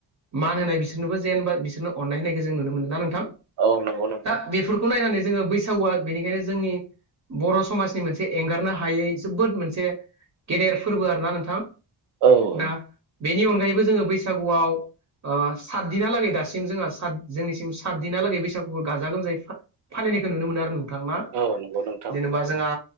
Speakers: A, on the right; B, on the right.
A: मान होनाय बिसोरनोबो जेनबा बि अननायनायखौ जों नुनो मोनोना नोंथां
B: औ नंगौ नोंथां
A: दा बेफोरखौ नायनानै जोङो बैसागुआ बेनिखायनो जोंनि बर' समाजनि मोनसे एंगारनो हायै जोबोद मोनसे गेदेर फोरबो आरोना नोंथां।
B: औ
A: दा
B: औ
A: बेनि अनगायैबो जोङो बैसागुआव ओ सात दिना लागै दासिम जोंहा जोंनिसिम साद दिन हालागै बैसागुखौ गाजा गोमायै फालिनायखौ नुनो मोनो आरो नों नोंथां मा
B: औ नंगौ नोंथां
A: जेनेबा जोंहा